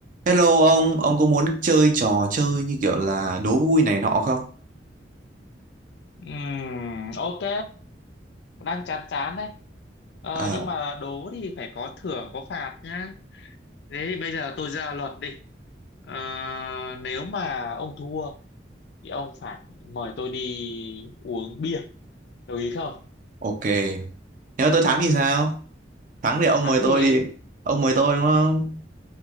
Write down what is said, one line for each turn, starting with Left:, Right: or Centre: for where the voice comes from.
Right: Hello ông, ông có muốn chơi trò chơi như kiểu là đố vui này nọ không?
Left: Ừm, ok, đang chán chán đấy. Ờ,
Right: À,
Left: nhưng mà đố thì phải có thưởng có phạt nhá. Thế thì bây giờ tôi ra luật đi. Ờ, nếu mà ông thua thì ông phải mời tôi đi uống bia. Đồng ý không?
Right: ok. Nếu tôi thắng thì sao? Thắng thì ông
Left: Thắng
Right: mời
Left: thì
Right: tôi đi. Ông mời tôi đúng không?